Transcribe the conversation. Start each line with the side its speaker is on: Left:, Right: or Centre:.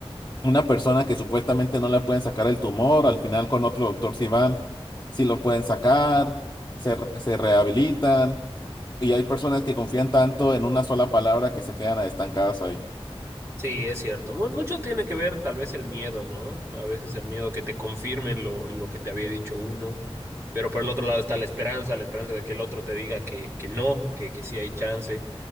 Left: una persona que supuestamente no le pueden sacar el tumor, al final con otro doctor si van, si lo pueden sacar, se, re- se rehabilitan. Y hay personas que confían tanto en una sola palabra que se quedan estancadas ahí.
Right: Sí, es cierto. Mu- mucho tiene que ver tal vez el miedo, ¿no? A veces el miedo que te confirmen lo, lo que te había dicho uno, pero por el otro lado está la esperanza, la esperanza de que el otro te diga que, que no, que, que sí hay chance.